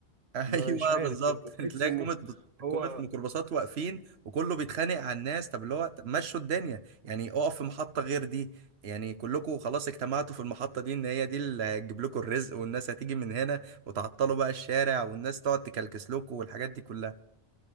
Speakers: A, on the right (about 85°); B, on the right (about 40°).
A: ايوه
B: مش عارف
A: بالظبط
B: يعني
A: <laughs>
B: تحس
A: تلاقي
B: ان
A: كومة
B: هو
A: كومة ميكروباصات واقفين وكله بيتخانق على الناس طب اللي هو طب مشوا الدنيا يعني اقف في محطة غير دي يعني كلكم خلاص اجتمعتوا في المحطة دي ان هي دي اللي هتجيب لكم الرزق والناس هتيجي من هنا وتعطلوا بقى الشارع والناس تقعد تكلكس لكم والحاجات دي كلها